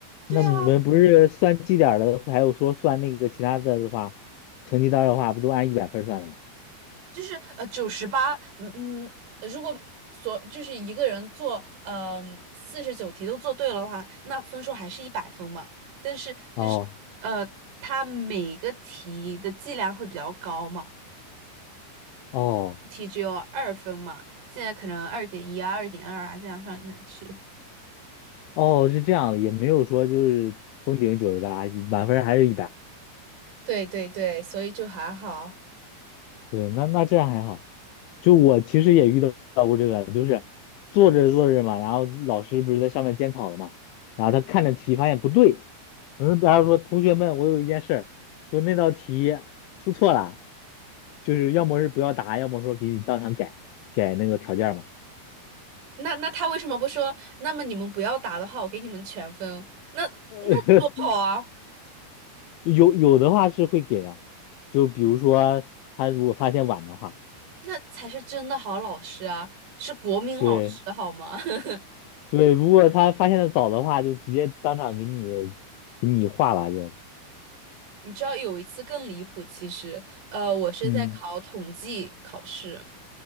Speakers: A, on the left; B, on the right.
A: 那你们不是算绩点儿的，
B: 对啊，
A: 还有说算那个其他的的话，成绩单儿的话，不都按一百分儿算的吗？
B: 就是呃九十八，嗯嗯，如果所就是一个人做嗯四十九题都做对了的话，那分数还是一百分嘛。但是就是呃，
A: 哦
B: 他每个题的剂量会比较高嘛，
A: 哦
B: 题只有二分嘛，现在可能二点一啊、二点二啊这样上上去。
A: 哦，是这样的，也没有说就是封顶九十八，满分儿还是一百。
B: 对对对，所以就还好。
A: 对，那那这样还好。就我其实也遇到过这个，就是做着做着嘛，然后老师不是在上面监考的嘛，然后他看着题发现不对，嗯，然后说同学们，我有一件事儿，说那道题出错了，就是要么是不要答，要么说给你当场改改那个条件嘛。
B: 那那他为什么不说？那么你们不要答的话，我给你们全分。那那多好啊！
A: <laughs> 有有的话是会给的，就比如说他如果发现晚的话，
B: 那才是真的好老师啊，是国民老师好吗？
A: 对
B: <laughs>
A: 对，如果他发现的早的话，就直接当场给你给你划了，就是
B: 你知道有一次更离谱，其实，呃，我是在考统计考试，
A: 嗯。